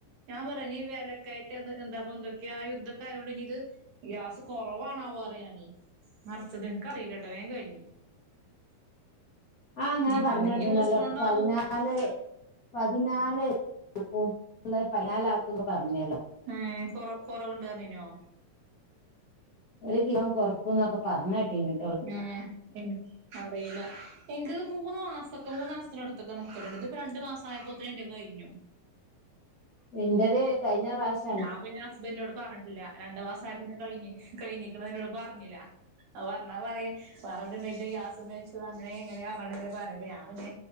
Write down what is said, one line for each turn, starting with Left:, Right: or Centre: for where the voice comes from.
Right: ഞാൻ പറഞ്ഞ് വെലകയറ്റംന്ന് എന്താപ്പൊ എന്തൊക്കെയാ യുദ്ധക്ക ആയോണ്ടിനിയിത് ഗ്യാസ് കൊറവാ മാവോ അറിയാണീ നറച്ചത് എനക്ക് അറിയില്ലേട്ടോ വേഗം കഴിഞ്ഞു
Left: ആ അങ്ങനെ
Right: ഇനിയിപ്പോ
Left: പറഞ്ഞിട്ടുണ്ടല്ലോ
Right: അല്ലെങ്കി ഊസോണ്ടാവും
Left: പതിനാല് പതിനാല് ആക്കുംള്ള പതിനാലാക്കുംന്ന് പറഞ്ഞല്ലോ
Right: ഏഹ് കൊറ കൊറവുണ്ട്റിഞേനോ
Left: ഒരു കിലോം കൊറക്കുന്നൊക്ക പറഞ്ഞ കേട്ടീന്
Right: ങേ എ അറിയില്ല എന്റ് ‌ മൂന്ന് മാസക്ക മൂന്ന് മാസത്തിനടുത്തൊക്ക നിക്കലുണ്ട് ഇതിപ്പ രണ്ടു മാസം ആയപ്പോത്തേ എന്റെ കഴിഞ്ഞു
Left: എന്റത് കഴിഞ്ഞ പ്രാവ്‌ശം
Right: ഞാൻ പിന്നെ ഹസ്ബന്റിനോട് പറഞ്ഞിട്ടില്ല രണ്ടുമാസ ആയപ്പോ കഴിഞ്ഞ് കഴിഞ്ഞിക്കണ എന്നോട് പറഞ്ഞില്ല ആ പറഞ്ഞാ പറയും പറഞ്ഞണ്ട് ഗ്യാസുമ്മെ അങ്ങനെ ഇങ്ങനെയാ പറഞ്ഞോണ്ട് പറയും ഞാൻ പിന്നെ